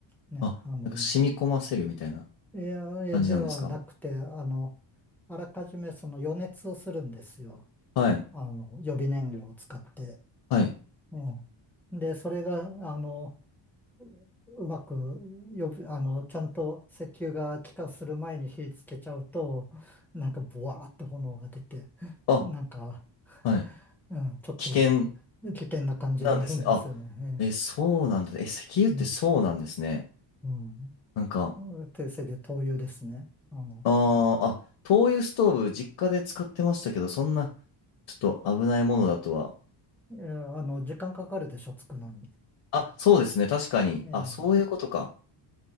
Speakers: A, in the centre; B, on the left.
A: ね、
B: あ、
A: あの、
B: なんか染み込ませるみたいな
A: エアエではなくて、
B: 感じなんですか
A: あの、あらかじめその予熱をするんですよ。
B: はい。
A: あの、予備燃料を使って。
B: はい。
A: うん。で、それが、あの、うまく、予備あの、ちゃんと石油が気化する前に火つけちゃうと、なんか、ボワーって炎が出て、
B: あ、
A: なんか、
B: はい。
A: うん、ちょっと危険な感じになるんですよね。
B: 危険なんですね。あ、え、そうなんだ。え、石油ってそうなんですね。
A: ええうん、
B: なんか、
A: うん。定石灯油ですね。あの、
B: あーあ、灯油ストーブ、実家で使ってましたけど、そんな、ちょっと危ないものだとは。
A: ええあの、時間かかるでしょ、つくのに。
B: あ、そうですね。確かに。
A: ええ
B: あ、そういうことか。